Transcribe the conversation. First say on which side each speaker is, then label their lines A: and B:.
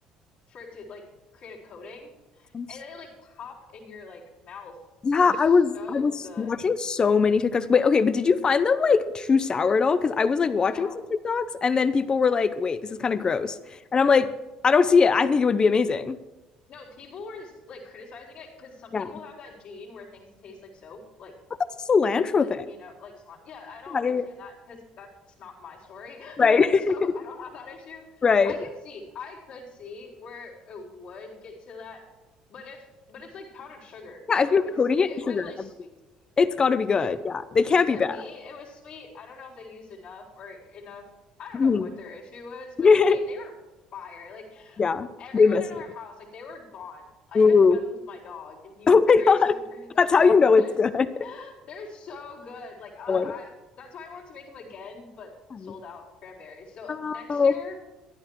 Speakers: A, on the left (about 65°); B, on the left (about 35°).
A: for it to like create a coating
B: Sounds-
A: and they like pop in your like mouth.
B: Yeah,
A: They're so
B: I was I was
A: good.
B: watching so many TikToks. Wait, okay, but did you find them like too sour at all? Because I was like watching
A: No.
B: some TikToks and then people were like, wait, this is kind of gross. And I'm like, I don't see it. I think it would be amazing.
A: No, people were just, like criticizing it because some
B: Yeah.
A: people have that gene where things taste like soap, like
B: What's a cilantro
A: like
B: thing?
A: you know, like slime. Yeah, I don't
B: Yeah,
A: understand
B: yeah, yeah.
A: that because that's not my story, <laughs>
B: Right.
A: so
B: <laughs>
A: I don't have that issue.
B: Right.
A: I could see, I could see where it would get to that, but if but it's like powdered sugar,
B: Yeah,
A: so
B: if you're
A: it's
B: coating
A: it
B: it in
A: was
B: sugar,
A: really sweet to me.
B: It's got to be good.
A: To,
B: Yeah, they can't
A: to
B: be bad.
A: me, it was sweet. I don't know if they used enough or enough. I don't
B: Mhm.
A: know what their issue was, but
B: <laughs>
A: to me, they were fire. Like
B: Yeah,
A: Everyone
B: they messed
A: in our
B: it
A: house,
B: up.
A: like they were gone. I
B: Ooh.
A: even fed
B: <laughs>
A: them to my dog, and he would
B: Oh
A: go
B: my
A: <laughs> crazy
B: God.
A: over it. I'm
B: That's
A: like,
B: how you
A: because
B: know
A: they're
B: it's
A: s-
B: good. <laughs>
A: <gasps> they're so good. Like, uh, I
B: Oh my
A: that's why I want to make them again, but
B: God.
A: sold out cranberries. So
B: Oh,
A: next year,